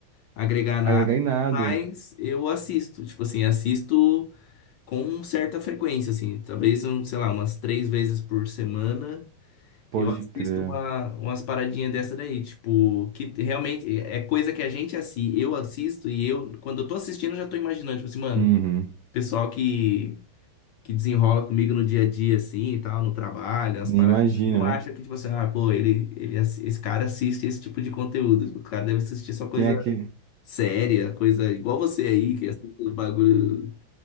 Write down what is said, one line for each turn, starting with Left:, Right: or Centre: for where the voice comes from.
Left: agregar nada,
Right: Agregar em nada.
Left: mas eu assisto, tipo assim, assisto com certa frequência, assim, talvez, um, sei lá, umas três vezes por semana.
Right: Pode
Left: Eu assisto
Right: crer.
Left: uma, umas paradinhas dessa daí, tipo, que realmente é coisa que a gente assim, eu assisto e eu, quando eu tô assistindo, eu já tô imaginando, tipo assim, mano,
Right: Uhum.
Left: pessoal que, que desenrola comigo no dia a dia, assim, e tal, no trabalho, umas
Right: Nem
Left: paradas,
Right: imagina,
Left: não acha
Right: né?
Left: que, tipo assim, ah, pô, ele, ele, assi- esse cara assiste esse tipo de conteúdo, o cara deve assistir só coisa
Right: Tem aqui.
Left: séria, coisa igual você aí, que assiste os bagulho,